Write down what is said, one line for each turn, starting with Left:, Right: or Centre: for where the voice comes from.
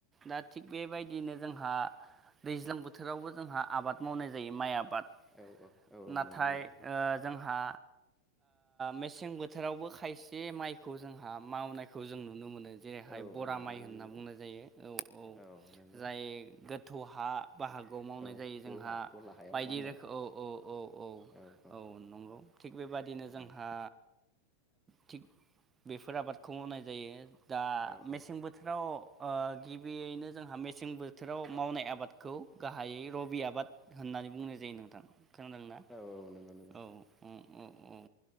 Right: दा थिग बेबायदिनो जोंहा दैज्लां बोथोरावबो जोंहा आबाद मावनाय जायो माइ आ बाद
Centre: औ औ औ
Right: नाथाय
Centre: नंगौ नंगौ
Right: ओ जोंहा मेसें बोथोरावबो खायसे माइखौ जोंहा मावनाय खौ जों नुनो मोनो जेरैहाय
Centre: औ
Right: बरा
Centre: औ
Right: माइ
Centre: नंगौ
Right: होनना
Centre: नंगौ
Right: बुंनाय जायो औ-औ
Centre: औ नंगौ
Right: जाय गोथौ हा बा हागोआव मावनाय
Centre: औ
Right: जायो
Centre: दलहा
Right: जोंहा
Centre: दलहा हायाव
Right: बायदि
Centre: नङा होमबा
Right: रोखोम औ-औ-औ-औ-औ
Centre: औ औ
Right: नंगौ थिग बेबादिनो जोंहा
Centre: औ
Right: थिग बेफोर आबादखौ मावनाय जायो दा
Centre: औ
Right: मेसें
Centre: औ
Right: बोथोराव गिबियैनो जोंहा मेसें बो बोथोराव मावनाय आबादखौ गाहायै रबि आबाद होननानै बुंनाय जायो नोंथां खोनादोंना
Centre: औ औ नंगौ नंगौ
Right: औ-औ औ-औ